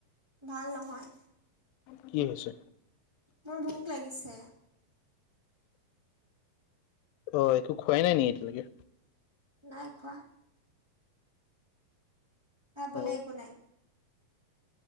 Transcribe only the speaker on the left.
কি হৈছে?
অ একো খোৱাই নাই নি এতিয়ালৈকে।
অ